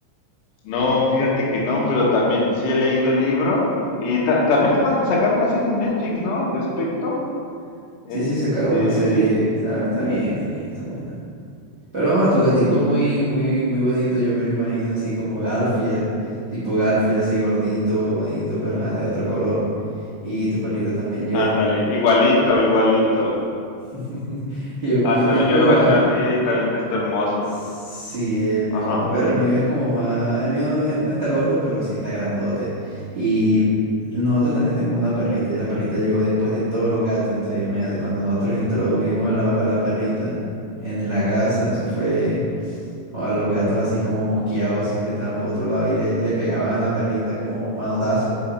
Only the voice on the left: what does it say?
No, fíjate que no, pero también sí he leído el libro. Y ta- también acaban de sacar una serie en Netflix, ¿no? Al respecto. Este,
sí.
Ándale, igualito, igualito.
Ah,
también
yo me
imagino al tuyo y también está hermoso.
Ajá.